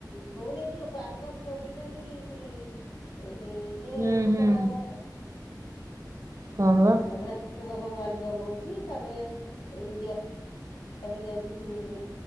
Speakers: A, on the left (about 70°); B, on the right (about 45°).
A: ହଉ ନେଇକିଲୋ ୱାଲକପ୍ ଟ୍ଵେଣ୍ଟି ଟ୍ଵେଣ୍ଟି। ଏ ଇଏ
B: ହୁଁ
A: ବିଶ୍ଵକପ
B: ହୁଁ ହଁ ବା।
A: ହେଇପା ୱାଲଡ କପ୍ ୱାଲଡ କପ୍ ହଉଛି ତାପରେ ଇଣ୍ଡିଆ ବି ଯାଇଛି ଟୁର୍ ରେ